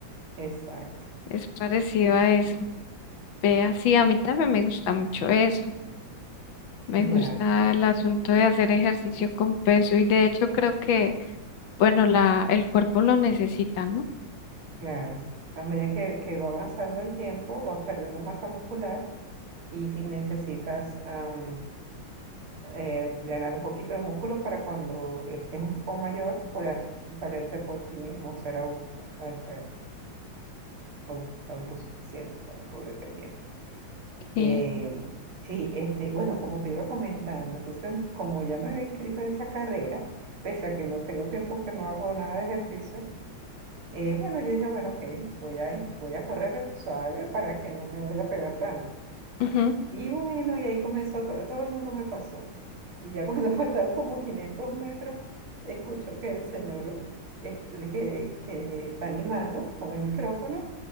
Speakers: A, on the right; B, on the left.
A: exacto,
B: Es parecido a eso. Vea, sí, a mí también me gusta mucho eso. Me gusta
A: ya,
B: el asunto de hacer ejercicio con peso y de hecho creo que, bueno, la, el cuerpo lo necesita, ¿no?
A: claro. A medida que, que va avanzando el tiempo, vas perdiendo masa muscular y ti- necesitas am, eh, ganar un poquito de músculo para cuando estés un poco mayor puedas valerte por ti mismo, ser au- este, au- autosuficiente, autodependiente.
B: Sí.
A: Eh, sí, este, bueno, como te iba comentando, entonces, como ya me había inscrito en esa carrera, pese a que no tengo tiempo que no hago nada de ejercicio, eh, bueno, yo dije, bueno, ok, voy a, in- voy a correr suave para que no me vaya a pegar tanto.
B: Ujú.
A: Y bueno, y ahí comenzó, to- todo el mundo me pasó. Y ya cuando <laughs> faltaban como 500 metros, escucho que el señor este, que, que está animando con el micrófono